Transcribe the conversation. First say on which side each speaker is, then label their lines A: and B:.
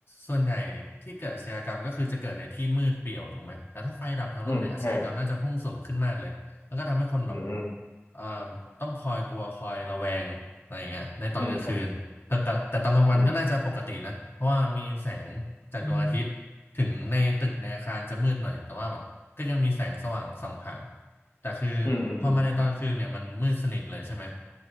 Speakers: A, on the left; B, on the left.
A: ส่วนใหญ่ที่เกิดอาชญากรรมก็คือจะเกิดในที่มืดเปลี่ยวถูกไหมแต่ถ้าไฟดับทั้งโลกเนี่ยอาชญากรรมน่าจะพุ่งสูงขึ้นมากเลย
B: อืมใช่
A: แล้วก็ทำให้คนแบบ
B: อืม
A: เอ่อต้องคอยกลัวคอยระแวงอะไรอย่างเงี้ยในตอนกลางคืนแต่แต่แต่ตอนกลางวันก็น่าจะปกตินะเพราะว่ามีแสงจากดวงอาทิตย์
B: อืมครับอืมอ
A: ถึงในตึกในอาคารจะมืดหน่อยแต่ว่าแบบก็ยังมีแสงสว่างส่องผ่านแต่คือพอมาในตอนกลางคืนเนี่ยมันมืดสนิทเลยใช่ไหม
B: ืมอืมอืม